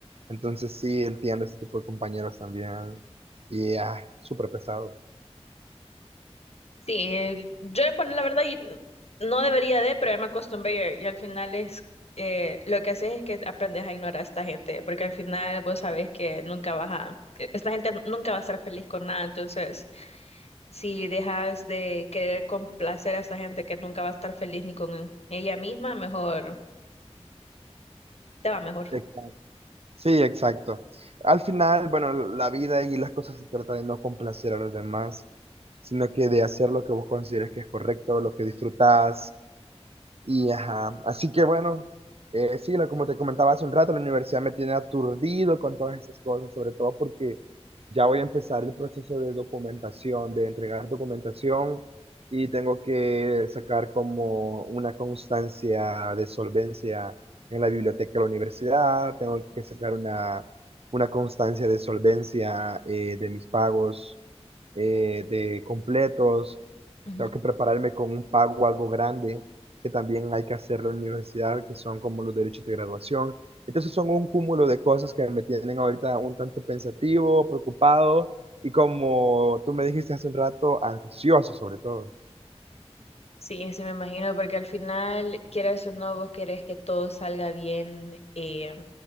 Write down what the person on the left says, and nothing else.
Sí, yo, bueno, la verdad, y- no debería de, pero ya me acostumbré y, y al final es, eh, lo que haces es que aprendes a ignorar a esta gente, porque al final vos sabés que nunca vas a, e-, esta gente nunca va a estar feliz con nada, entonces... Si dejas de querer complacer a esa gente que nunca va a estar feliz ni con ella misma, mejor te va mejor.
Ujú.
Sí, sí me imagino, porque al final, quieras o no, vos querés que todo salga bien eh,